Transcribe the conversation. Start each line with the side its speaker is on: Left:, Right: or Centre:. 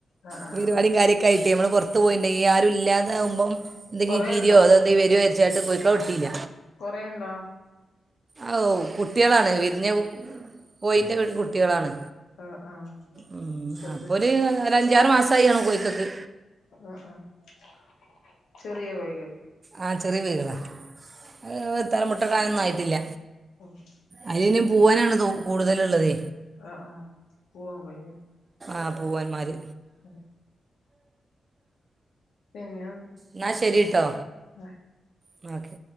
Left: ആ ആ
Right: പരിപാടിം
Left: ആ.
Right: കാര്യ ക്കെയിട്ടേ നമ്മൾ പുറ്ത്ത് പോയിണ്ടങ്കി ആരും ഇല്ലാതാവുമ്പോ എന്തെങ്കിം
Left: കൊറേ
Right: കീരിയോ
Left: ഉണ്ടോ
Right: അതോഎന്തെങ്കി വരോ ചാര്ച്ച് കോഴിക്കളെ വിട്ടില്ല
Left: കൊറെ ണ്ടോ
Right: അഹോ കുട്ടിയാളാണ് വിരിഞ്ഞ കോയിന്റെ കുട്ടിയാളാണ്
Left: ആ ആ
Right: ഉം
Left: ചെറുത്
Right: അപ്പൊര്
Left: ചെറുത്
Right: ഒര അഞാറു മാസമായികാണും കോഴിക്കക്ക്
Left: ആഹ്ആഹ്ചെറിയ കോഴിക്ക്
Right: ആ ചെറിയ കോഴികളാ അഹ് ത്ത മുട്ട ടാനൊന്നും ആയിട്ടില്ല
Left: ഓക്കെ
Right: അയില് ന് പൂവനാണ് കൂടുതലുള്ളത്
Left: ആഹ്‌ ആഹ്‌ പൂവൻ കോഴിയ
Right: ആഹ്പൂവന്മാര്
Left: അതെ പിന്നെ
Right: ന്നാ ശരിട്ടോ
Left: ആ
Right: ന്നാ ഓക്കെ